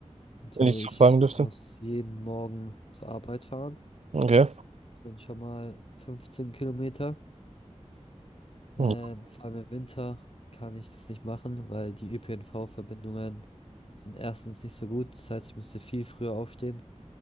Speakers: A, on the left; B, on the right.
A: So,
B: wenn ich
A: ich
B: so fragen dürfte?
A: muss jeden Morgen zur Arbeit fahren.
B: Okay.
A: Das sind schon mal 15 Kilometer. Ähm,
B: Ja,
A: vor allem im Winter kann ich das nicht machen, weil die ÖPNV-Verbindungen sind erstens nicht so gut. Das heißt, ich müsste viel früher aufstehen,